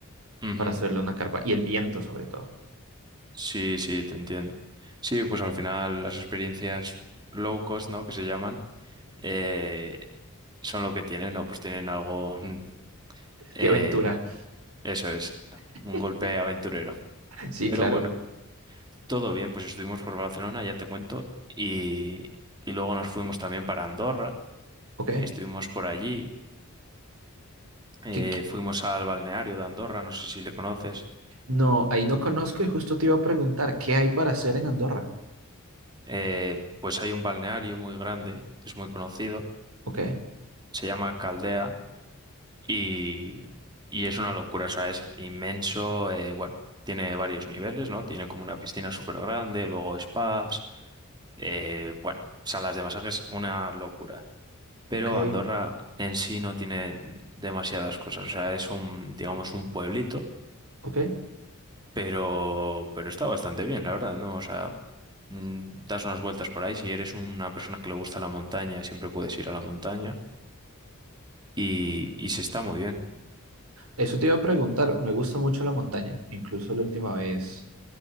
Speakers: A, on the right (about 20°); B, on the right (about 80°).
A: Ujú.
B: para hacerle una carpa. Y el viento, sobre todo.
A: Sí, sí, te entiendo. Sí, pues al final las experiencias low cost, ¿no? Que se llaman, eh, son lo que tienen, ¿no? Pues tienen algo, mm, eh,
B: De aventura.
A: eso es,
B: <laughs>
A: un golpe aventurero.
B: Sí,
A: Pero
B: claro.
A: bueno, todo bien, pues estuvimos por Barcelona, ya te cuento, y, y luego nos fuimos también para Andorra,
B: Ok.
A: estuvimos por allí, eh,
B: ¿Qué- qué?
A: fuimos al balneario de Andorra, no sé si le conoces,
B: No, ahí no conozco y justo te iba a preguntar, ¿qué hay para hacer en Andorra?
A: Eh, pues hay un balneario muy grande, es muy conocido,
B: Ok,
A: se llama Caldea Y, y es una locura, o sea, es inmenso. eh, bueno, tiene varios niveles, ¿no? Tiene como una piscina súper grande, luego spas, eh, bueno, salas de masajes, una locura. Pero
B: ok,
A: Andorra en sí no tiene demasiadas cosas, o sea, es un, digamos, un pueblito,
B: ok.
A: pero, pero está bastante bien, la verdad, ¿no? O sea, mm, das unas vueltas por ahí, si eres una persona que le gusta la montaña, siempre puedes ir a la montaña y, y se está muy bien.
B: Eso te iba a preguntar. Me gusta mucho la montaña. Incluso la última vez,